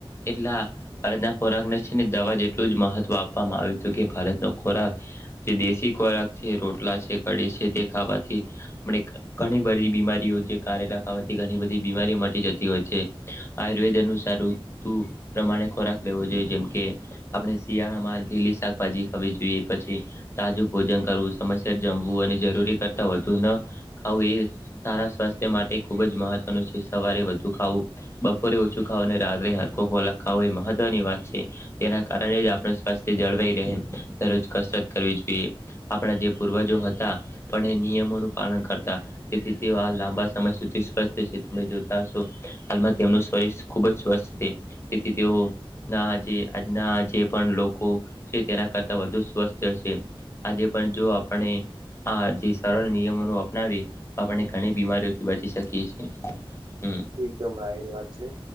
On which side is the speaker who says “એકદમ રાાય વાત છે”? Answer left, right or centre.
Right